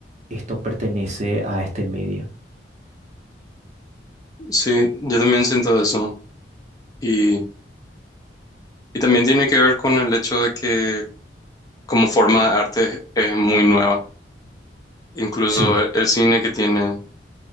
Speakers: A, on the right; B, on the left.
A: esto pertenece a este medio.
B: sí, yo también siento eso. Y, y también tiene que ver con el hecho de que como forma de arte es muy nueva. Incluso
A: Sí.
B: el, el cine que tiene,